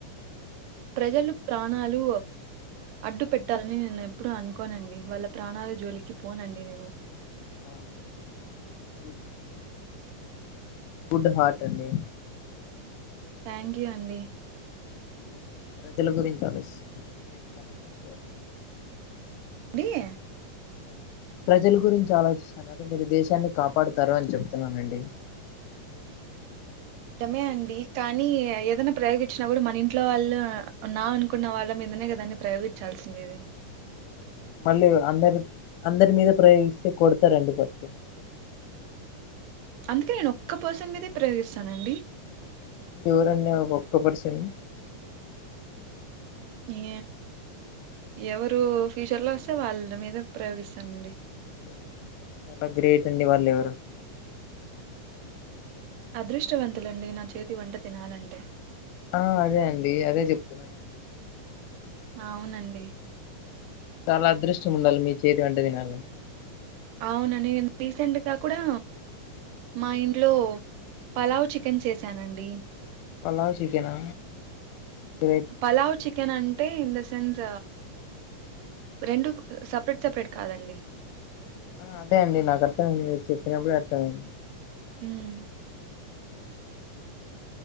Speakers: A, on the right; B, on the left.
A: ప్రజలు ప్రాణాలు అడ్డు పెట్టాలని నేను ఎప్పుడు అనుకోనండి వాళ్ళ ప్రాణాల జోలికి పోనండి నేను
B: అవునా గు గుడ్ హార్ట్ అండి
A: థ్యాంక్ యూ అండి
B: ప్రజల గురించి ఆలోచిస్తున్నారు
A: ఏంది
B: ప్రజల గురించి ఆలోచిస్తన్నారు మీరు దేశాన్ని కాపాడుతారు అని చెప్తున్నానండి
A: ఇష్టమే అండి కానీ ఏదైనా ప్రయోగించినాప్పు మన ఇంట్లో వాళ్ళు నా అనుకున్న వాళ్ళ మీద అందునేగా ప్రయోగించాల్సింది
B: మళ్ళీ అందరి అందరి మీద ప్రయోగిస్తే కొడతారండి పట్టుకోని
A: అందుకే నేను ఒక్క పర్సన్ మీదే ప్రయోగిస్తానండి
B: ఎవరు అండి ఆ ఒక్క పేర్సినూ
A: ఈ ఎవరు ఫ్యూచర్ లో వస్తే వాళ్ళ మీదే ప్రయోగిస్తానండి
B: ఓ చాలా గ్రేట్ అండి వాళ్ళవరో
A: అదృష్టవంతులండి నా చేతి వంట తినాలంటే
B: ఆ అదే అండి అదే చెప్తున్నాను
A: అవునండి
B: చాలా అదృష్టం ఉండాలి మీ చేతి వెంట తినాలంటే
A: అవునండి నేను రీసెంటు గా కూడా మా ఇంట్లో పలావ్ చికెన్ చేసానండి
B: పలావు చికెనా గ్రేట్
A: పలావ్ చికెన్ అంటే ఇన్ ద సెన్స్ రెండు సపరేట్ సపరేట్ కాదండి
B: ఆ అదే అండి నాకు అర్థమైంది మీరు చెప్పినప్పుడే అర్థమైంది
A: హ్మ్